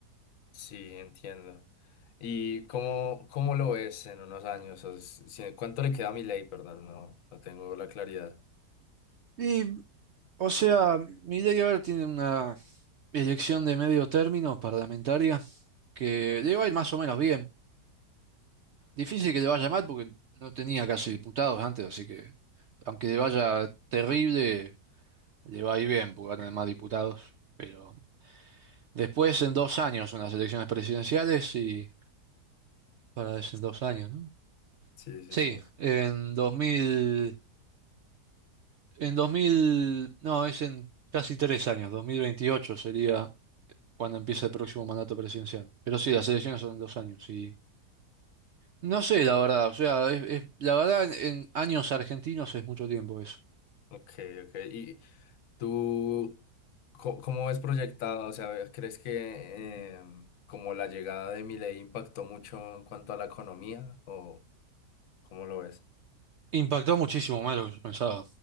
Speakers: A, on the left; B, on the right.
A: Sí, entiendo. ¿Y cómo, cómo lo ves en unos años? O s- si- ¿Cuánto le queda a mi ley? Perdón, no, no tengo la claridad.
B: Y, o sea, Milei ahora tiene una elección de medio término parlamentaria que le va a ir más o menos bien. Difícil que le vaya mal porque no tenía casi diputados antes, así que aunque le vaya terrible, le va a ir bien porque va a tener más diputados. Pero después en dos años son las elecciones presidenciales y para es en dos años, ¿no?
A: Sí, sí,
B: Sí,
A: sí.
B: en 2000, en 2000, no, es en casi tres años, 2028 sería cuando empieza el próximo mandato presidencial. Pero sí, las elecciones son en dos años y no sé, la verdad, o sea, es- es- la verdad en en años argentinos es mucho tiempo eso.
A: Ok, ok. ¿Y, ¿Tú co- cómo ves proyectado? O sea, ¿crees que em, como la llegada de Milei impactó mucho en cuanto a la economía o cómo lo ves?
B: Impactó muchísimo más de lo que yo pensaba.